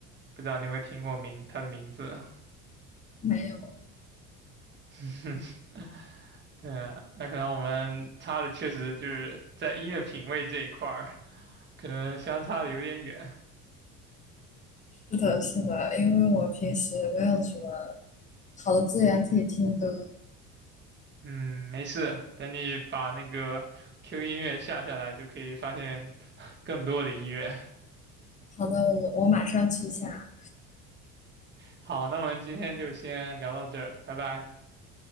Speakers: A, on the right; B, on the left.
A: 不知道你有没有听过名他的名字？
B: 没有
A: <laughs> 对啊，那可能我们差的确实就是在音乐品味这一块儿。可能相差的有点远。
B: 是的，是的，因为我平时没有什么好的资源可以听歌。
A: 嗯，没事，等你把那个 QQ 音乐下下来，就可以发现 <laughs> 更多的音乐。
B: 好的，我我马上去一下，
A: 好，那我们今天就先聊到这儿，拜拜。